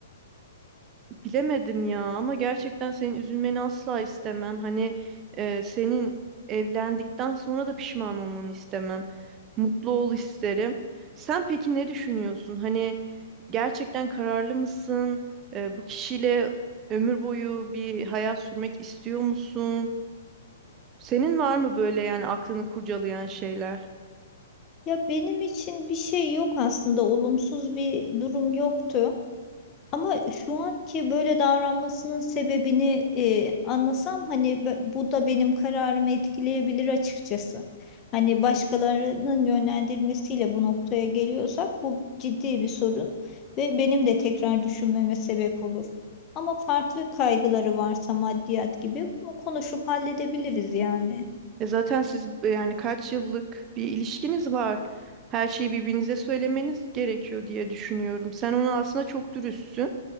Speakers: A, on the right; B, on the left.
A: Bilemedim ya ama gerçekten senin üzülmeni asla istemem. Hani e, senin evlendikten sonra da pişman olmanı istemem. Mutlu ol isterim. Sen peki ne düşünüyorsun? Hani gerçekten kararlı mısın? E, bu kişiyle ömür boyu bir hayat sürmek istiyor musun? Senin var mı böyle yani aklını kurcalayan şeyler?
B: ya benim için bir şey yok aslında olumsuz bir durum yoktu. Ama şu anki böyle davranmasının sebebini e, anlasam hani be- bu da benim kararımı etkileyebilir açıkçası. Hani başkalarının yönlendirmesiyle bu noktaya geliyorsak bu ciddi bir sorun ve benim de tekrar düşünmeme sebep olur. Ama farklı kaygıları varsa maddiyat gibi bunu konuşup halledebiliriz yani.
A: E zaten siz e, yani kaç yıllık bir ilişkiniz var. Her şeyi birbirinize söylemeniz gerekiyor diye düşünüyorum. Sen ona aslında çok dürüstsün.